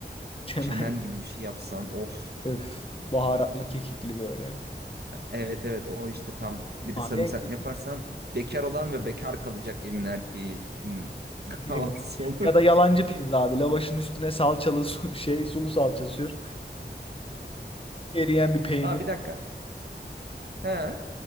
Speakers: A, on the left (about 30°); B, on the right (about 65°).
A: <laughs> çemen.
B: Çemen gibi bir şey yapsan of.
A: Öf, baharatlı kekikli böyle.
B: Evet evet o işte tam. Bir
A: Abi
B: de sarımsaklı
A: en kötü
B: yaparsan bekar olan ve bekar kalacak evin erkeği hmm, <laughs>
A: yemek.
B: kahvaltısı olur.
A: Ya da yalancı pizza abi. Lavaşın üstüne salçalı su- <laughs> şey sulu salça sür. Eriyen bir peynir.
B: Aa bir dakika. He,